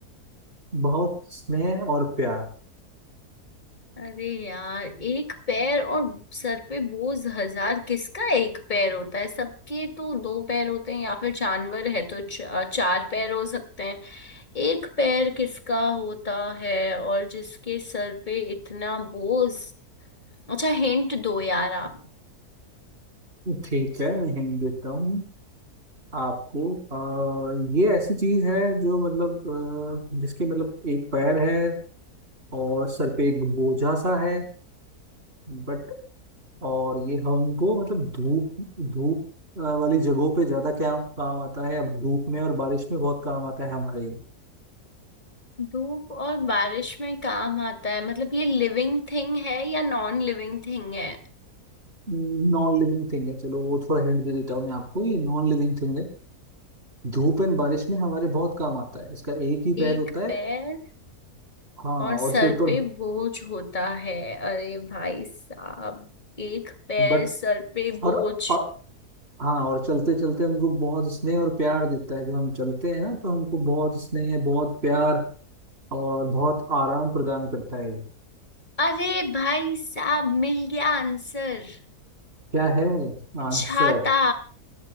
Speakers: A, on the right (about 40°); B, on the left (about 30°).
A: बहुत स्नेह और प्यार
B: अरे यार एक पैर और सर पे बोझ हजार किसका एक पैर होता है सबके तो दो पैर होते हैं या फिर जानवर है तो च- चार पैर हो सकते हैं एक पैर किसका होता है और जिसके सर पे इतना बोझ अच्छा हिंट दो यार आप
A: ठीक है मैं हिंट देता हूँ आपको आ, ये ऐसी चीज है जो मतलब अ, जिसके मतलब एक पैर है और सर पे एक बोझा सा है बट और ये हमको मतलब धूप धूप अ, वाली जगहों पे ज्यादा क्या काम आता है अब धूप में और बारिश में बहुत काम आता है हमारे
B: धूप और बारिश में काम आता है मतलब ये लिविंग थिंग है या नॉन लिविंग थिंग है
A: नॉन लिविंग थिंग है चलो वो थोड़ा हिंट दे देता हूँ मैं आपको ये नॉन लिविंग थिंग है धूप एंड बारिश में हमारे बहुत काम आता है इसका एक ही
B: एक
A: पैर होता है
B: पैर
A: हाँ
B: और सर
A: और सिर पर
B: पे बोझ होता है अरे भाई साहब एक पैर
A: बट
B: सर पे बोझ
A: और, और हाँ और चलते चलते हमको बहुत स्नेह और प्यार देता है जब हम चलते हैं ना तो हमको बहुत स्नेह बहुत प्यार और बहुत आराम प्रदान करता है
B: अरे भाई साहब मिल गया आंसर
A: क्या है आंसर
B: छाता